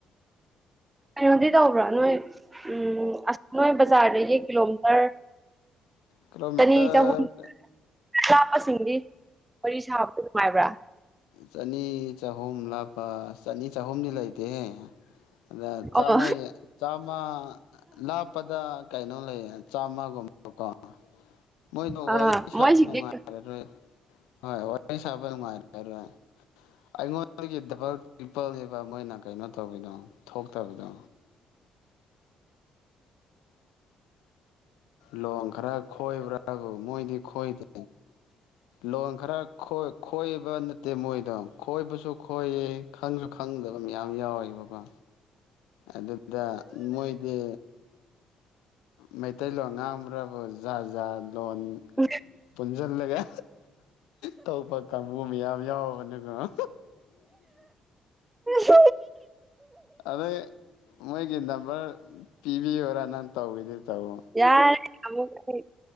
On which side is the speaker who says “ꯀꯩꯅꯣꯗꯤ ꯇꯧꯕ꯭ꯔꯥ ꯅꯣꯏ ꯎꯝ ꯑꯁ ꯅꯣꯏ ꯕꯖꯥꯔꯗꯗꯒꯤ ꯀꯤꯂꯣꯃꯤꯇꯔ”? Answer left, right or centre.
Right